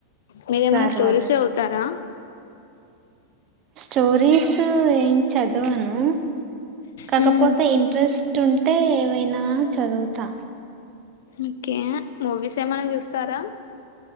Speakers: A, on the left; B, on the right.
A: మీరేమైనా
B: సార్
A: స్టోరీసే
B: వాళ్ళకి
A: చదువుతారా
B: స్టోరీస్ ఏం చదివాను కాకపోతే
A: హ్మ్
B: ఇంట్రెస్ట్ ట్ ఉంటే ఏవైనా చదువుతా
A: ఓకే మూవీస్ ఏమన్నా చూస్తారా